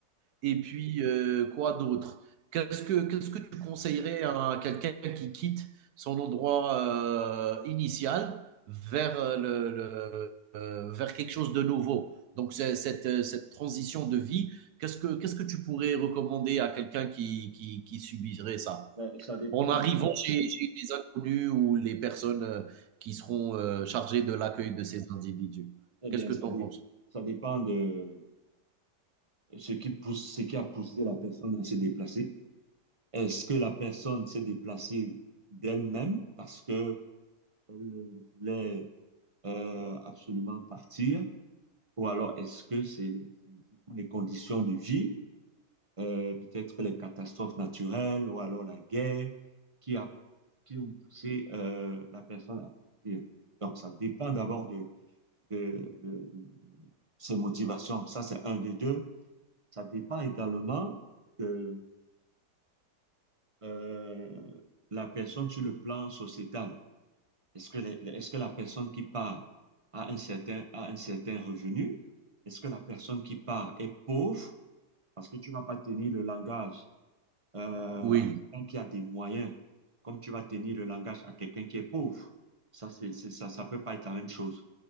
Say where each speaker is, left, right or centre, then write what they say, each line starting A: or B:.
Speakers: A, on the right (about 70°); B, on the right (about 20°).
A: Et puis, euh, quoi d'autre Qu'est-ce que, qu'est-ce que tu conseillerais à quelqu'un qui quitte son endroit euh, initial vers, euh, le, le- euh, vers quelque chose de nouveau Donc, c'est- cette, euh, cette transition de vie, qu'est-ce que, qu'est-ce que tu pourrais recommander à quelqu'un qui, qui, qui subirait ça
B: Mais ça dépend
A: en
B: de,
A: arrivant chez chez les inconnus ou les personnes, heu, qui seront, heu, chargées de l'accueil de ces individus.
B: très
A: Qu'est-ce
B: bien,
A: que
B: ça,
A: tu en
B: dé-
A: penses?
B: ça dépend de ce qui pousse, ce qui a poussé la personne à se déplacer. Est-ce que la personne s'est déplacée d'elle-même parce que elle voulait euh, absolument partir, ou alors est-ce que c'est les, ce sont les conditions de vie euh, peut-être les catastrophes naturelles ou alors la guerre qui a, qui ont poussé euh, la personne à partir. Donc, ça dépend d'abord de, de, de- de ses motivations. Ça, c'est un de deux. Ça dépend également de euh, la personne sur le plan sociétal. Est-ce que, les- est-ce que la personne qui part a un certain, a un certain revenu? Est-ce que la personne qui part est pauvre? Parce que tu ne vas pas tenir le langage euh,
A: Oui,
B: à quelqu'un qui a des moyens, comme tu vas tenir le langage à quelqu'un qui est pauvre. Ça, c'est, c'est- ça, ça peut pas être la même chose